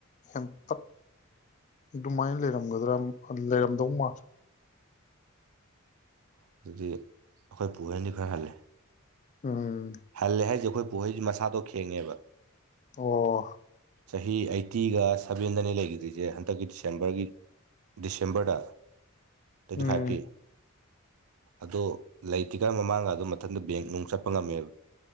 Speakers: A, on the left; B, on the right.
A: ꯍꯦꯟꯇꯛ ꯑꯗꯨꯃꯥꯏꯅ ꯂꯩꯔꯝꯒꯗ꯭ꯔꯥ ꯂꯩꯔꯝꯗꯧ ꯃꯥꯜꯂꯦ
B: ꯑꯗꯨꯗꯤ ꯑꯩꯈꯣꯏ ꯄꯍꯦꯟꯅꯤ ꯈꯔ ꯍꯜꯦ
A: ꯎꯝ
B: ꯍꯥꯏꯜ ꯅꯦ ꯍꯥꯏꯁꯦ ꯑꯩꯈꯣꯏ ꯄꯨꯍꯩꯁ ꯃꯁꯥꯗꯣ ꯈꯦꯡꯉꯦꯕ
A: ꯑꯣ
B: ꯆꯍꯤ ꯑꯩꯠꯇꯤꯒ ꯁꯚꯦꯟꯗꯅꯤ ꯂꯩꯈꯤꯗ꯭ꯔꯤꯁꯦ ꯍꯟꯗꯛꯀꯤ ꯗꯤꯁꯦꯝꯕꯔꯒꯤ ꯗꯤꯁꯦꯝꯕꯔꯗ ꯇ꯭ꯋꯦꯟꯇꯤ
A: ꯎꯝ
B: ꯐꯥꯏꯚꯀꯤ ꯑꯗ ꯂꯩꯇ꯭ꯔꯤꯀꯥꯟ ꯃꯃꯥꯡꯒ ꯑꯗꯨ ꯃꯊꯟꯇ ꯕꯦꯡ ꯅꯨꯡ ꯆꯠꯄ ꯉꯝꯃꯦꯕ